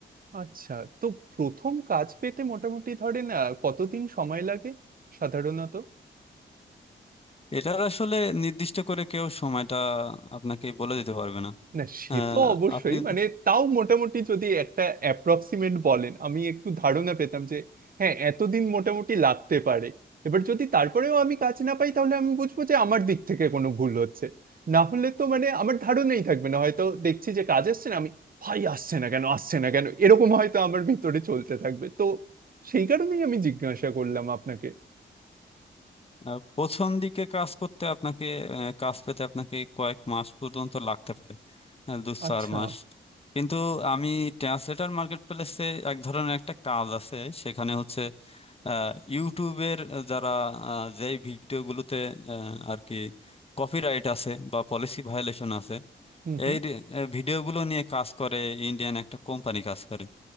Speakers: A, on the right; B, on the left.
A: আচ্ছা তো প্রথম কাজ পেতে মোটামুটি ধরেন আহ, কতদিন সময় লাগে সাধারণত
B: এটার আসলে নির্দিষ্ট করে কেউ সময়টা আপনাকে বলে দিতে পারবে না
A: না সে
B: আহ,
A: তো অবশ্যই
B: আপনি
A: মানে তাও মোটামুটি যদি একটা অ্যাপ্রক্সিমেট বলেন আমি একটু ধারণা পেতাম যে হ্যাঁ এতদিন মোটামুটি লাগতে পারে এবার যদি তারপরেও আমি কাজ না পাই তাহলে আমি বুঝবো যে আমার দিক থেকে কোনো ভুল হচ্ছে না হলে তো মানে আমার ধারণাই থাকবে না হয়তো দেখছি যে কাজ আসছে না আমি ভাই আসছে না কেন আসছে না কেন এরকম হয়তো আমার ভিতরে চলতে থাকবে তো সেই কারণেই আমি জিজ্ঞাসা করলাম আপনাকে
B: আহ, প্রথম দিকে কাজ করতে আপনাকে আহ, কাজ পেতে আপনাকে কয়েক মাস পর্যন্ত লাগতে পারে আহ, দু
A: আচ্ছা
B: চার মাস কিন্তু আমি ট্রান্সলেটর মার্কেট প্লেসে এক ধরনের একটা কাজ আছে সেখানে হচ্ছে আহ, ইউটিউবের যারা আহ, যেই ভিডিওগুলোতে আহ, আর কি কপিরাইট আছে বা পলিসি ভায়োলেশন আছে
A: হুম হুম
B: এই রে- আহ, ভিডিওগুলো নিয়ে কাজ করে ইন্ডিয়ান একটা কোম্পানি কাজ করে